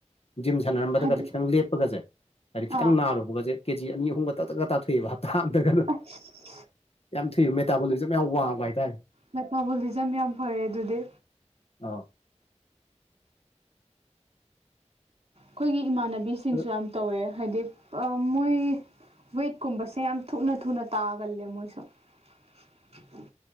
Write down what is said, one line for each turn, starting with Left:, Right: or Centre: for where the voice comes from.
Left: ꯖꯤꯝ ꯁꯥꯟꯅꯔꯝꯕꯗꯒꯗꯤ
Right: ꯍꯥꯏꯗꯤ
Left: ꯈꯤꯇꯪ ꯂꯦꯞꯄꯒꯁꯦ ꯍꯥꯏꯗꯤ ꯈꯤꯇꯪ
Right: ꯑꯥ
Left: ꯅꯥꯔꯨꯕꯒꯁꯦ ꯀꯦꯖꯤ ꯑꯅꯤ ꯑꯍꯨꯝꯒ ꯇꯛ ꯇꯒ ꯇꯥꯊꯣꯛꯏꯑꯦꯕ ꯍꯞꯇꯥ ꯑꯝꯇꯒ
Right: ꯑꯁ
Left: ꯌꯥꯝ ꯊꯣꯛꯨꯏꯦꯕ ꯃꯦꯇꯥꯕꯣꯂꯤꯖꯝ ꯌꯥꯝ ꯋꯥꯡꯕ ꯍꯥꯏꯇꯥꯔꯦ
Right: ꯃꯦꯊꯥꯕꯣꯂꯤꯖꯝ ꯌꯥꯝ ꯐꯩꯌꯦ ꯑꯗꯨꯗꯤ
Left: ꯑꯥ
Right: ꯑꯩꯈꯣꯏꯒꯤ ꯏꯃꯥꯟꯅꯕꯤꯁꯤꯡꯁꯨ
Left: ꯑꯗꯨ
Right: ꯌꯥꯝ ꯇꯧꯋꯦ ꯍꯥꯏꯗꯤ ꯃꯣꯏ ꯋꯦꯠꯀꯨꯝꯕꯁꯦ ꯌꯥꯝ ꯊꯨꯅ ꯊꯨꯅ ꯇꯥꯒꯜꯂꯦ ꯃꯣꯏꯁꯨ <inaudible>